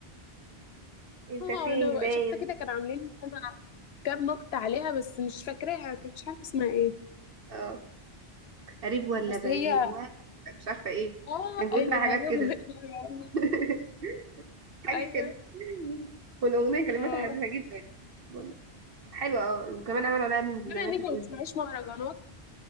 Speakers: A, on the right; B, on the left.
A: انت
B: اه
A: فين
B: انا بقى
A: باين
B: شفت كده كانوا عاملين كام كام نكته عليها بس مش فاكراها كنت مش عارفه اسمها ايه
A: اه قريب ولا
B: بس
A: بعيد
B: هي
A: ولا مش عارفه ايه
B: اه
A: كان بيقول
B: ايوه
A: فيها حاجات
B: ايوه
A: كده
B: <laughs>
A: <laughs> حاجه
B: ايوه
A: كده والاغنيه كلماتها
B: اه
A: حزينه جدا والله حلوه اه وكمان عملوا عليها من زي
B: بما
A: ما
B: انك
A: انت بتقولي
B: ما بتسمعيش مهرجانات